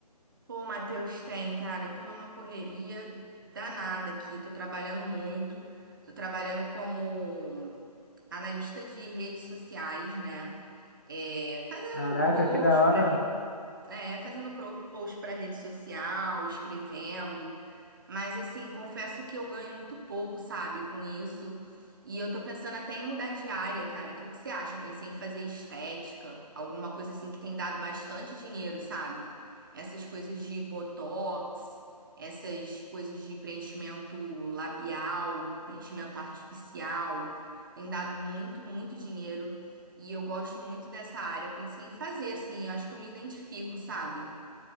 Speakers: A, on the right; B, on the left.
A: Pô, Matheus, tem, cara, eu tô numa correria danada aqui, tô trabalhando muito, tô trabalhando como analista de redes sociais, né? É, fazendo
B: Caraca,
A: post
B: que da hora.
A: para É, fazendo pro- post para rede social, escrevendo. Mas assim, confesso que eu ganho muito pouco, sabe, com isso. E eu tô pensando até em mudar de área, cara. O que que você acha? Eu pensei em fazer estética, alguma coisa assim que tem dado bastante dinheiro, sabe? Essas coisas de botox, essas coisas de preenchimento labial, preenchimento artificial, tem dado muito, muito dinheiro. E eu gosto muito dessa área. Eu pensei em fazer, assim, eu acho que eu me identifico, sabe?